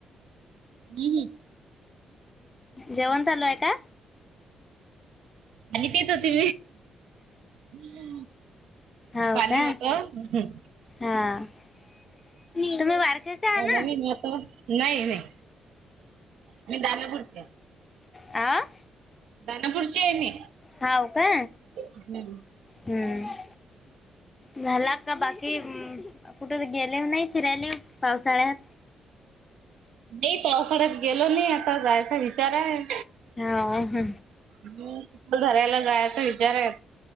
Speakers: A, on the right (about 90°); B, on the left (about 20°).
A: हह
B: जेवण चालू आहे का
A: पाणी पित होती मी
B: हो
A: पाणी
B: का
A: होत हम्म.
B: हा <inaudible> तुम्ही बारक्याचा हा ना.
A: नवीन होत नाही नाही मी दानापूरचे
B: अ.
A: दानापूर ची आहे मी
B: हाव का
A: हम्म.
B: हम्म. झाला का बाकी कुठे गेले नाही फिरायले पावसाळ्यात.
A: नाही पावसाळ्यात गेलो नाही आता जायचा विचार आहे.
B: हो
A: आणि चलधरायला जायच विचारये.